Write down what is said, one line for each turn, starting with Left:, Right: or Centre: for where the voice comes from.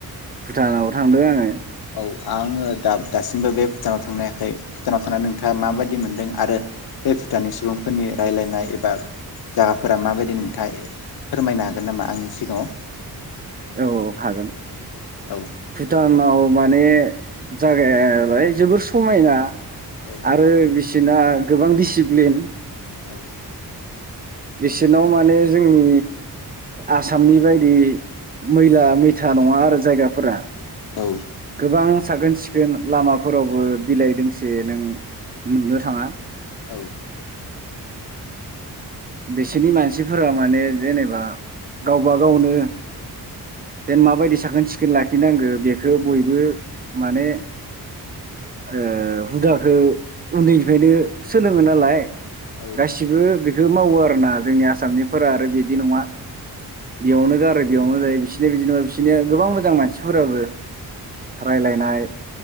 Right: भुटानाव थांदों आङो।
Left: औ आङो दा दासिमबो बे भुटानाव थांनोहायाखै। भुटानाव थांनानै नोंथाङा माबायदि मोनदों आरो बे भुटाननि सुबुंफोरनि रायलायनाय एबा जागाफोरा माबायदि नोंथाङा फोरमायनो हागोन नामा आंनि सिगाङाव?
Right: औ औ हागोन
Left: औ
Right: भुटानाव माने जागायालाय जोबोर समायना।
Left: औ
Right: आरो बि सिना गोबां दिडिसिप्लिन।
Left: औ
Right: बिसोरनाव माने जोंनि आसामनि बायदि मैला मैथा नङा आरो जायगाफोरा।
Left: औ
Right: गोबां साखोन सिखोन लामाफोरावबो बिलाइ दोंसे नों नुनो थाङा।
Left: औ
Right: बिसोरनि मानसिफोरा माने जेनेबा गावबा गावनो जेन माबायदि साखोन सिखोन लाखिनांगौ बेखौ बयबो माने ओ हुदखौ उन्दैनिफ्रायनो सोलोङो नालाय।
Left: औ
Right: गासिबो ज' मावो आरोना जोंनि आसामनिफोरा आरो बिदि नङा बेयावनो गारो बियावनो जायो बिसोरनो बिदिबा बिसिनिया गोबां मोजां मानसिफोराबो। रायलायनाय